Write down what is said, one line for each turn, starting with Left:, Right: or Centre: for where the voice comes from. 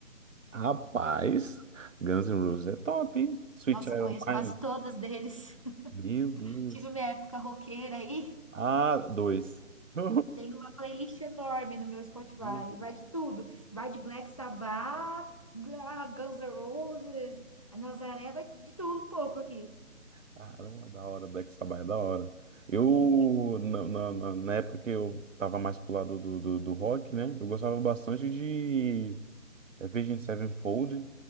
Right: Rapaz, Guns N' Roses é top, hein? Sweet
Left: Nossa,
Right: Child
Left: eu conheço
Right: O' Mine.
Left: quase todas deles. <laughs>
Right: Meu Deus.
Left: Tive minha época roqueira aí.
Right: Ah, dois. <laughs>
Left: Tem uma playlist enorme no meu Spotify.
Right: Ih,
Left: Vai de tudo. Vai de Black Sabbath, Ga- Guns N' Roses, a Nazaré, vai de de tudo um pouco aqui.
Right: Caramba, da hora. Black Sabbath é da hora. Eu,
Left: É.
Right: na, na, na- na época que eu tava mais pro lado do, do, do rock, né? Eu gostava bastante de é, Virgin Sevenfold.